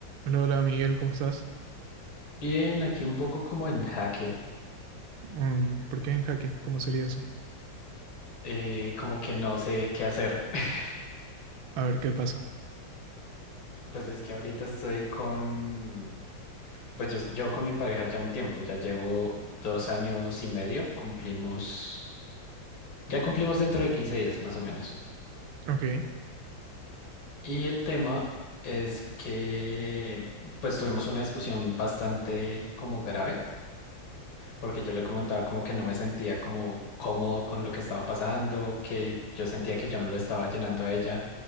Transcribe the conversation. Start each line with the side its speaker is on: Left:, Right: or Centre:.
Right: Hola, hola Miguel, ¿cómo estás?
Left: Bien, aquí un poco como en jaque,
Right: Mm, ¿por qué en jaque? ¿Cómo sería eso?
Left: eh, como que no sé qué hacer. <laughs>
Right: A ver qué pasa.
Left: Pues es que ahorita estoy con, pues yo llevo con mi pareja ya un tiempo, ya llevo dos años y medio, cumplimos, ya cumplimos dentro de 15 días más o menos.
Right: Ok,
Left: Y el tema es que pues tuvimos una discusión bastante como grave, porque yo le comentaba como que no me sentía como cómodo con lo que estaba pasando, que yo sentía que yo no lo estaba llenando a ella